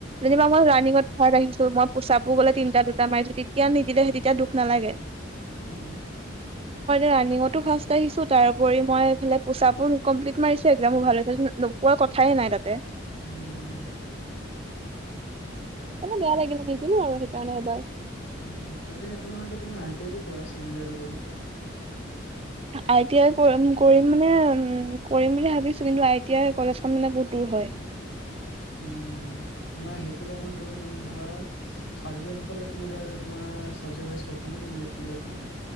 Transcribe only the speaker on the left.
উম'।
উম
উ যদি সেইটো নহয় কি তুমি আই টি আই কৰা ছেকেণ্ড ইয়াৰটো কৰি।
<inaudible> উম নাই সেইটো লাইনত গ'লে তুমি ধৰা চটি সোনফালে তুমি ধৰা এতি তোমাৰ তোমাৰ চাবজেক্ট ৱাইছ কথা নহ কি লই পঢ়া